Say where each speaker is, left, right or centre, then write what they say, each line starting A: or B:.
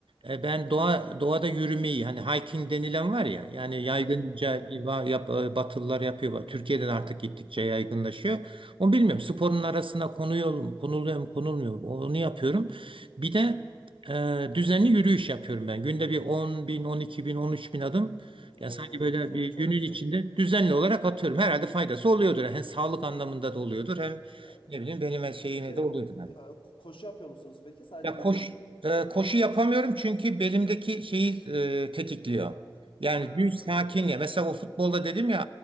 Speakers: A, on the right (about 80°); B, on the left (about 80°).
A: e, ben doğa doğada yürümeyi hani hiking denilen var ya yani yaygınca
B: Evet, aynen.
A: yap- e, batılılar yapıyor. Türkiye'den artık gittikçe yaygınlaşıyor. Onu bilmiyorum. Sporun arasına konuyor, mu, konuluyor mu, konulmuyor mu? Onu yapıyorum. Bir de e, düzenli yürüyüş yapıyorum ben. Günde bir 10 bin, 12 bin, 13 bin adım.
B: Oo,
A: Ya sanki böyle
B: çok
A: bir
B: çok
A: günün
B: güzel.
A: içinde düzenli olarak atıyorum. Herhalde faydası oluyordur. Hem sağlık anlamında da oluyordur. Hem
B: Evet. Ee,
A: ne bileyim benim her şeyime
B: Peki e,
A: de oluyordur.
B: koşu yapıyor musunuz peki? Sadece
A: Ya
B: yürüyüş
A: koş,
B: mü?
A: e, koşu yapamıyorum çünkü belimdeki şeyi e, tetikliyor. Yani
B: Ha,
A: düz
B: anladım.
A: sakin ya. Mesela o futbolda dedim ya